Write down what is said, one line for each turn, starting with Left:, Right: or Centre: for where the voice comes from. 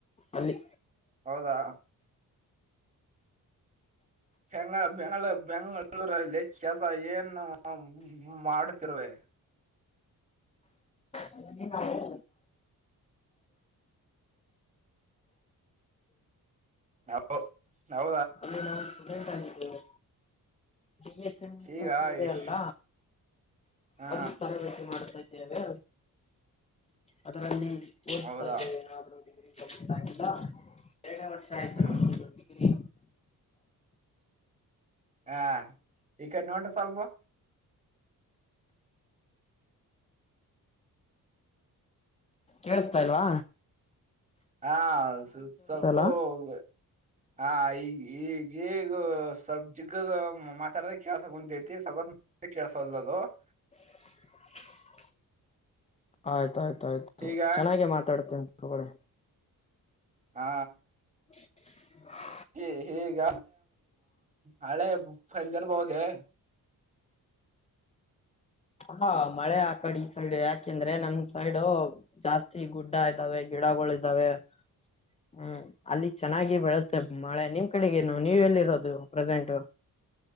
Left: ಅಲ್ಲಿ
Right: ಹೌದಾ ಹೆಂಗ ಬೆಂ ಬೆಂಗಳೂರಲ್ಲಿ ಕೆಲಸ ಏನು ಮಾಡತಿರುವೆ
Left: ಅಲ್ಲಿ ನಾವು
Right: ನಾವು ನಾವ
Left: ಅಲ್ಲಿ ನಾವು ಸ್ಟೂಡೆಂಟ್ ಆಗಿದ್ದೇವೆ ಡಿ ಎಚ್ ಎಂ ಎಸ್
Right: ಈಗ
Left: ಅಂತ
Right: ಆಯುಷ್
Left: ಇದೆ ಅಲ್ಲ
Right: ಹಾ
Left: ಅದು ತರಬೇತಿ ಮಾಡ್ತಾ ಇದ್ದೇವೆ ಅದರಲ್ಲಿ ಓದ್ತಾ
Right: ಹೌದಾ
Left: ಇದ್ದೇವೆ ಏನಾದ್ರೂ ಡಿಗ್ರಿ ಕಂಪ್ಲೀಟ್ ಆಗಿಲ್ಲ ಎರಡನೇ ವರ್ಷ ಆಯ್ತು
Right: ಹ್ಮ್
Left: ನಮ್ದು ಡಿಗ್ರಿ
Right: ಹಾ ಈ ಕಡೆ ನೋಡ್ರಿ ಸ್ವಲ್ಪ
Left: ಕೇಸ್ತಾಲ್ವಾ
Right: ಹಾ ಸ್ವಲ್ಪ
Left: ಇಲ್ವಾ
Right: <unintelligible> ಹಾ ಈಗ ಈಗ ಈಗ ಸವ ಜಿಗದ ಮಾತಾಡ್ರ ಕೇಳಗಂತೇತಿಗ <unintelligible>
Left: <inaudible> <unintelligible> ಆಯ್ತಾ ಆಯ್ತಾ ಆಯ್ತು
Right: ಈಗ
Left: ಚೆನ್ನಾಗೆ ಮಾತಾಡ್ತನ ತಗೋಳಿ
Right: ಹಾ
Left: <inaudible>
Right: ಈ ಈಗ ಹಳೆಲ್ದಿರ್ಬಹದೆ <unintelligible>
Left: ಹಾ ಮಳೆ ಆ ಕಡೆ ಈ ಸೈಡ್ ಯಾಕೆಂದ್ರೆ ನಮ ಸೈಡು ಜಾಸ್ತಿ ಗುಡ್ಡ ಇದ್ದಾವೆ ಗಿಡಗಳು ಇದ್ದಾವೆ ಹ್ಮ್ ಅಲ್ಲಿ ಚೆನ್ನಾಗಿ ಬೆಳುತ್ತೆ ಮಳೆ ನಿಮ್ ಕಡೆಗೇನು ನೀವ್ ಎಲ್ಲಿರೋದು ಪ್ರೆಸೆಂಟ್ <inaudible>